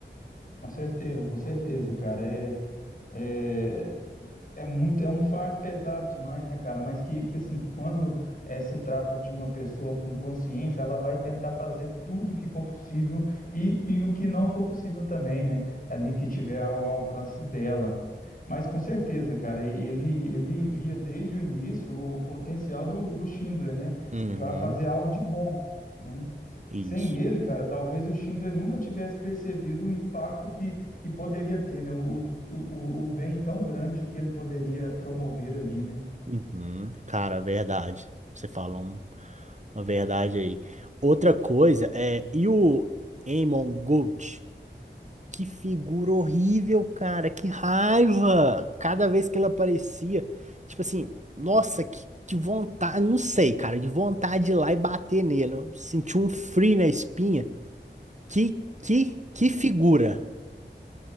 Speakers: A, on the left; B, on the right.
A: Com certeza, com certeza, cara. É, É, é muito, é um fardo pesado demais, né, cara? Mas que, que assim, quando eh, se trata de uma pessoa com consciência, ela vai tentar fazer tudo o que for possível e, e o que não for possível também, né? Ali que tiver ao alcance dela. Mas com certeza, cara, ele, ele via desde o início o potencial do, do Schindler, né?
B: Uhum,
A: Para fazer algo de bom, né?
B: isso.
A: Sem ele, cara, talvez o Schindler nunca tivesse percebido o impacto que, que poderia ter, né? O, o, o bem tão grande que ele poderia promover ali, né?
B: Uhum. Cara, verdade. Você falou. Uma verdade aí. Outra coisa é, e o Amon Gold? Que figura horrível, cara, que raiva! Cada vez que ele aparecia, tipo assim, nossa, que que vontade, não sei, cara, de vontade de ir lá e bater nele. Eu senti um frio na espinha. Que que que figura!